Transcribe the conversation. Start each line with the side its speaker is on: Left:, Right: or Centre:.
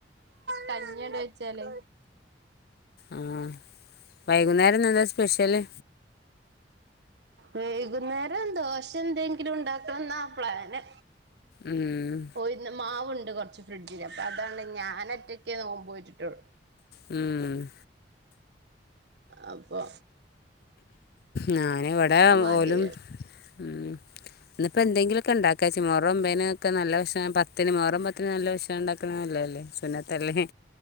Right: കഞ്ഞി കൊണ്ട് വെച്ചാല്
Left: ആഹ് വൈകുന്നേരം ഇന്നെന്താ സ്പെഷ്യല്
Right: വൈകുന്നേരം ദോശ എന്തെങ്കിലും ഉണ്ടാക്കണം എന്നാ പ്ലാന്
Left: ഉം
Right: ഓ ഇന്ന് മാവു ണ്ട് കൊറച്ച് ഫ്രിഡ്ജില് അപ്പൊ അതണ്ട് ഞാന് ഒറ്റക്ക്‌ നോമ്പ് നോറ്റിട്ടുള്ളൂ
Left: ഉം
Right: അപ്പൊ
Left: ഞാന് ഇവിടെ
Right: അത് മതി
Left: ഓലും ഇന്നിപ്പോ എന്തെങ്കിലും ഒക്കെ ഉണ്ടാക്കാച്ച മൊഹറം ഒമ്പതിന് ഒക്കെ നല്ല ഭക്ഷണം പത്തിന് മൊഹറം പത്തിന് നല്ല ഭക്ഷണം ഉണ്ടാക്കണത് നല്ലതല്ലേ പിന്നെ തല്ലേ